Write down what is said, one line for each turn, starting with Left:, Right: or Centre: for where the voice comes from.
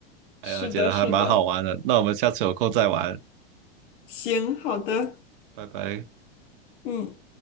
Right: 哎呀，
Left: 是的，
Right: 觉得还蛮好玩的。
Left: 是的，
Right: 那我们下次有空再玩，
Left: 行，好的，
Right: 拜拜。
Left: 嗯。